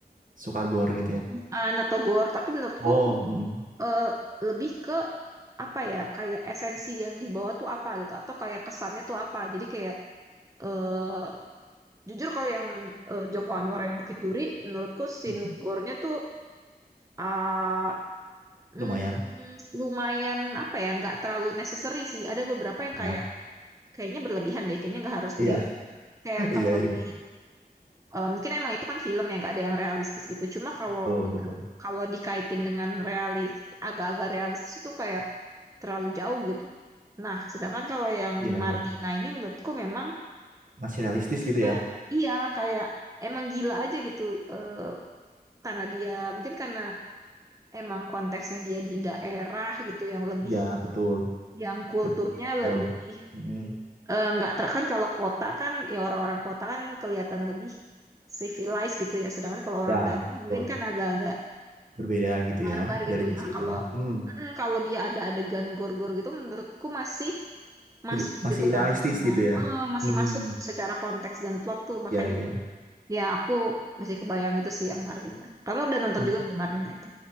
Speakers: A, on the right; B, on the right.
A: suka
B: berlebihan
A: gore gitu ya
B: atau gor, tapi menurutku
A: oh mm,
B: eh, lebih ke apa ya kayak esensi yang dibawa tuh apa gitu atau kayak kesannya tuh apa. Jadi kayak eh jujur kalau yang eh, Joko Anwar yang Bukit Duri, menurutku scene
A: mm.
B: gore-nya tuh ah, mm,
A: lumayan
B: lumayan apa ya nggak terlalu necessary sih. Ada beberapa yang
A: nah
B: kayak kayaknya berlebihan deh, kayaknya nggak harus begitu.
A: iya
B: Kayak
A: <laughs>
B: kalau
A: iya iya
B: di Eh, mungkin emang itu kan film yang gak ada yang realistis gitu. Cuma kalau
A: betul
B: bener-
A: betul
B: kalau dikaitin dengan realis, agak-agak realistis itu kayak terlalu jauh gitu. Nah, sedangkan kalau yang
A: iya
B: Martina
A: iya
B: ini menurutku memang
A: masih realistis gitu
B: ya,
A: ya
B: iya kayak emang gila aja gitu. Eh, karena dia mungkin karena emang konteksnya dia di daerah gitu yang lebih
A: iya betul
B: yang kulturnya
A: lebih jauh
B: lebih
A: Mm, mm.
B: Eh, nggak ter kan kalau kota kan ya orang-orang kota kan kelihatan lebih civilized gitu ya sedangkan kalau orang
A: ya
B: daerah mungkin
A: betul
B: kan agak-agak
A: berbeda gitu
B: barbar
A: ya
B: gitu
A: dari sisi
B: nah kalau
A: itunya Hmm.
B: mm, kalau dia ada adegan gor-gor gitu menurutku masih masuk
A: Ri- masih
B: gitu konteksnya
A: realistis gitu ya
B: Eh, masih
A: hmm
B: masuk secara konteks dan plot tuh makanya
A: ya ya
B: ya aku masih kebayang itu sih yang Marlina kamu udah nonton
A: Mm.
B: juga belum Marlina itu